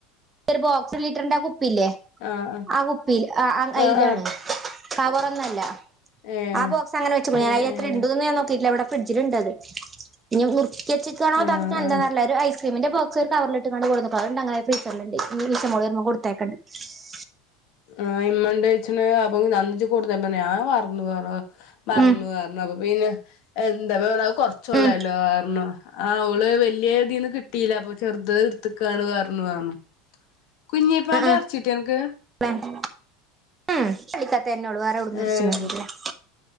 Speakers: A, on the right (about 25°); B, on the left (about 55°).
A: ഒരു ബോക്സ് ‌ലിറ്ററിന്റെ കുപ് കുപ്പിയില്ലേ
B: ആഹ്
A: ആ കുപ്പി അ അ അയി
B: ആഹ്
A: ലാണ്
B: ആഹ്
A: കവറൊന്നല്ല
B: ഏഹ്
A: ആ ബോക്സ് അങ്ങനെവെച്ച്ക്ക്ണ്
B: ഏഹ്
A: അയ്ലെത്ര ഉണ്ട്ന്ന ഞാൻ നോക്കിട്ടില്ല ഇവിടെ ഫ്രിഡ്ജിലുണ്ടത് ഇനി നു <unintelligible>
B: ഏഹ് ആഹ്
A: ഒരു ഐസ് സിമ്മിന്റെ ബോക്സ് ഒരുകവർല്ട്ട്ക്കാണ്ട് കൊട്ന്നുക്കുണ് അത് ണ്ട് <unintelligible>
B: ആ ഇമ്മണ്ട് ചോയ്ച്ചണ്‌ അപ്പാ അന്ന് ജ് കൊട്ന്നു പ്പം ഞാൻ മർ ന്നു പറഞ് മർന്നു
A: ഉം
B: അർഞ്ഞു അപ്പൊ പിന്നെ എന്ത മേ ന കൊറച്ചള്ളല്ലോ
A: ഉം
B: ആർണം ആ ഓള് വല്യ തീന്ന് കിട്ടീല പ്പോ ചെറ ഇത് ട്ത്തക്കാണ് പർന്നു ർന്നു കുഞ്ഞിപ്പാന്റെ
A: ആ ആ
B: എർച്ചിട്ടിയോ അൻക്ക്
A: <unintelligible> ഉ പള്ളിക്കതെന്നള്ളൂ വേറൊട്ന്നും
B: ഏഹ്
A: എർച്ചിയൊന്നും കിട്ടീല <inaudible>